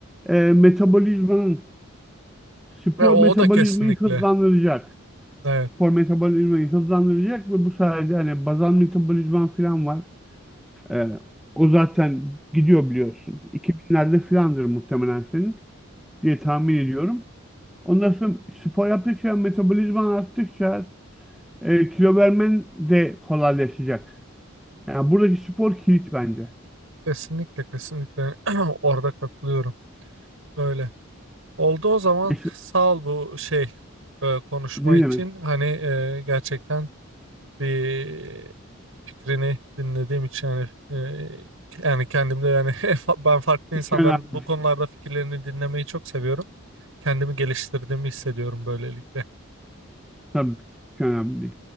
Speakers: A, in the centre; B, on the right.
A: e, metabolizmanın spor
B: Ve o
A: metabolizmayı
B: da kesinlikle
A: hızlandıracak.
B: evet
A: Spor metabolizmayı hızlandıracak ve bu sayede hani bazal metabolizman falan var. E, o zaten gidiyor biliyorsun. iki binlerde filandır muhtemelen senin diye tahmin ediyorum. Ondan sonra spor yaptıkça metabolizman arttıkça e, kilo vermen de kolaylaşacak. Yani buradaki spor kilit bence.
B: kesinlikle kesinlikle <clears throat> orada katılıyorum. Öyle. Oldu o zaman
A: Mes-
B: sağ ol bu şey e, konuşma
A: Ne
B: için
A: demek?
B: hani e, gerçekten bir fikrini dinlediğim için yani e, yani kendimde yani <laughs> ben farklı insanların
A: Hiç önemli.
B: bu konularda fikirlerini dinlemeyi çok seviyorum. Kendimi geliştirdiğimi hissediyorum böylelikle.
A: Tabii çok önemli.